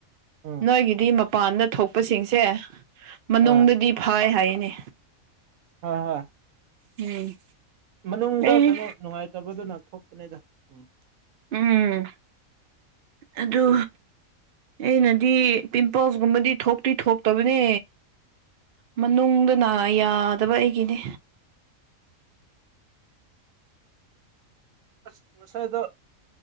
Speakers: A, on the right (about 75°); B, on the right (about 60°).
A: ꯎꯝ
B: ꯅꯣꯏꯒꯤꯗꯤ ꯃꯄꯥꯟꯗ ꯊꯣꯛꯄꯁꯤꯡꯁꯦ ꯃꯅꯨꯡꯗꯗꯤ
A: ꯍꯣꯏ
B: ꯐꯥꯏ ꯍꯥꯏꯔꯤꯅꯤ
A: ꯍ ꯍꯣꯏ
B: ꯎꯝ
A: ꯃꯅꯨꯡꯗ
B: ꯑꯩ
A: ꯀꯩꯅꯣ ꯅꯨꯡꯉꯥꯏꯇꯕꯗꯨꯅ ꯊꯣꯛꯄꯅꯤꯗ ꯎꯝ
B: ꯎꯝ ꯑꯗꯨ ꯑꯩꯅꯗꯤ ꯄꯤꯝꯄꯜꯁꯀꯨꯝꯕꯗꯤ ꯊꯣꯛꯇꯤ ꯊꯣꯛꯇꯕꯅꯦ ꯃꯅꯨꯡꯗ ꯌꯥꯗꯕ ꯑꯩꯒꯤꯅꯦ
A: ꯑꯁ ꯉꯁꯥꯏꯗ